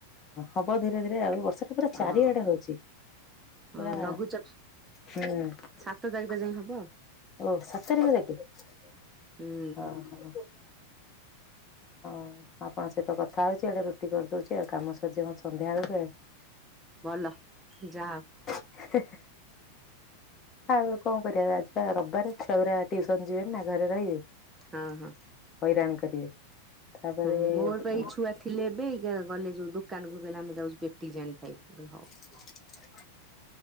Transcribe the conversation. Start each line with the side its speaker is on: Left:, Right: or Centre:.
Left: ହବ ଧୀରେ ଧୀରେ ଆଉ ବର୍ଷା ତ ପୁରା
Right: ହଁ
Left: ଚାରିଆଡେ ହଉଚି
Right: ହଁ
Left: ପୁରା
Right: ଲଘୁଚାପ
Left: ହୁଁ। ଓ
Right: ସାତ ତାରିଖ ଯାଏ ହବ ଆଉ
Left: ସାତ ତାରିଖ ଯାକେ ଅ
Right: ହୁଁ
Left: ହ। ଅଁ ଆପଣଙ୍କ ସହିତ କ ଥା ହଉଚି ଆଡେ ରୁଟି କରିଦଉଚି ଆଉ କାମ ସରିଯିବ ମୋର ସନ୍ଧ୍ୟାବେଳୁକୁ ଆଉ।
Right: ଭଲ ଯାଅ।
Left: ହେ ହେ। ଆଉ କଣ କରିଆ ଆଜି ବା ରବବାରେ ଛୁଆଗୁରା ଟ୍ୟୁସନ ଯିବେନି ନା ଘରେ ରହିବେ।
Right: ହଁ ହଁ
Left: ହଇରାଣ କରିବେ ତାପରେ
Right: ହୁଁ ମୋର
Left: <unintelligible>
Right: ପା ଏଇ ଛୁଆ ଥିଲେ ଏବେ ଏଇକା ଗଲେ ଯୋଉ ଦୋକାନୁକୁ କହିଲେ ଆମେ ଯାଉଚୁ ପେଟିସ୍ ଆଣି ଖାଇବୁ ମୁଁ କହିଲି ହଉ।
Left: <inaudible>